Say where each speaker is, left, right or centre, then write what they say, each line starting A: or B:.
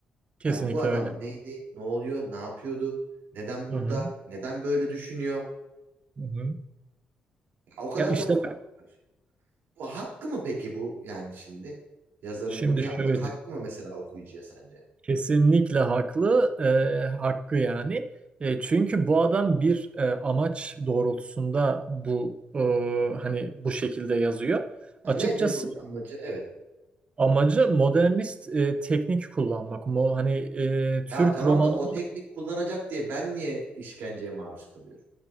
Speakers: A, on the right (about 30°); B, on the right (about 80°).
A: Kesinlikle
B: Yani bu adam
A: öyle.
B: neydi? Ne oluyor? Ne yapıyordu? Neden burada?
A: Hı hı.
B: Neden böyle düşünüyor?
A: Hı hı.
B: Ya o kadar
A: Ya işte
B: çok
A: bak
B: var. bu hakkı mı peki bu yani şimdi? Yazarın
A: şimdi
B: bunu yapmak
A: şöyle.
B: hakkı mı mesela okuyucuya sence?
A: Kesinlikle haklı. e, hakkı yani. E, çünkü bu adam bir e, amaç doğrultusunda bu e, hani bu şekilde yazıyor.
B: Ha,
A: Açıkçası
B: nedir bunun amacı? Evet.
A: Amacı modernist e, teknik kullanmak. Mo hani e, Türk
B: Ya tamam
A: romanı
B: da o teknik kullanacak diye ben niye işkenceye maruz kalıyorum?